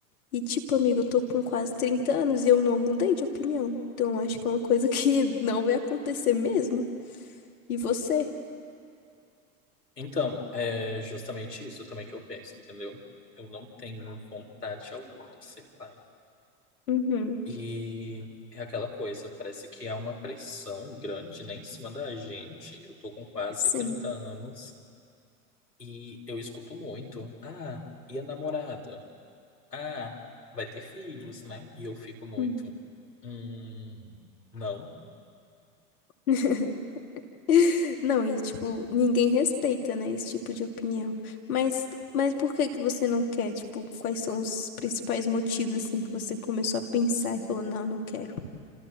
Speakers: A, on the left; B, on the left.
A: E, tipo, amiga, eu tô com quase 30 anos e eu não mudei de opinião. Então, eu acho que é uma coisa que <laughs> não vai acontecer mesmo. E você?
B: Então, é justamente isso também que eu penso, entendeu? Eu não tenho vontade alguma de ser pai.
A: Uhum.
B: E é aquela coisa, parece que há uma pressão grande, né, em cima da gente. Eu tô com quase
A: Sim.
B: 30 anos e eu escuto muito. Ah, e a namorada? Ah, vai ter filhos, né? E eu fico muito.
A: Uhum.
B: Hum, não.
A: <laughs> <laughs> Não, e tipo, ninguém respeita, né, esse tipo de opinião. Mas, mas por que que você não quer? Tipo, quais são os principais motivos, assim, que você começou a pensar e falou, não, não quero.